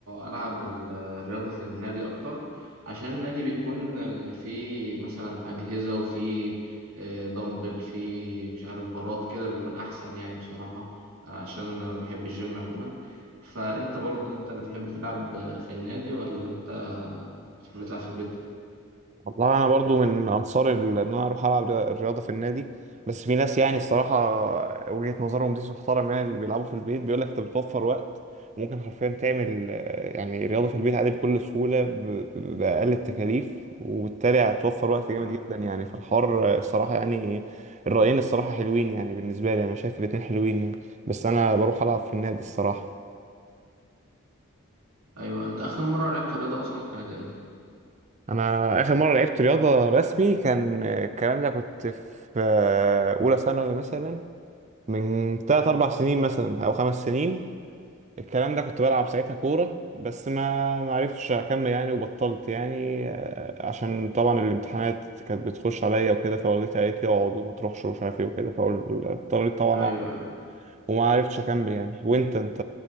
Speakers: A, on the right; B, on the right.
A: العب الرياضه في النادي اكتر عشان النادي بيكون فيه مثلا اجهزه وفيه آه، دمبل فيه مش عارف براد كده بيكون احسن يعني بصراحه عشان انا بحب الجيم عموما فانت برضو انت بتحب تلعب في النادي ولا انت بتحب تلعب في البيت
B: والله انا برضو من انصار ال- ان انا اروح العب ريا- الرياضه في النادي بس في ناس يعني الصراحه وجهه نظرهم دي تحترم يعني اللي بيلعبوا في البيت بيقول لك انت بتوفر وقت وممكن حرفيا تعمل آه، يعني رياضه في البيت عادي بكل سهوله ب- ب- باقل التكاليف وبالتالي هتوفر وقت جامد
A: مم.
B: جدا يعني في الحوار آه، الصراحه يعني الرايين الصراحه حلوين يعني بالنسبه لي انا شايف الاتنين حلوين يعني بس انا بروح العب في النادي الصراحه
A: ايوه انت اخر مره لعبت رياضه اصلا كانت امتى
B: انا اخر مره لعبت رياضه رسمي كان آه، الكلام ده كنت في آه، اولى ثانوي مثلا من 3 4 سنين مثلا او خمس سنين الكلام ده كنت بلعب ساعتها كوره بس ما ما عرفتش اكمل يعني وبطلت يعني آه، عشان طبعا الامتحانات كانت بتخش عليا وكده فوالدتي قالت لي اقعد وما تروحش ومش عارف ايه وكده فاضطريت طبعا
A: ايوه
B: اقعد
A: أيوة.
B: وما عرفتش اكمل يعني وانت انت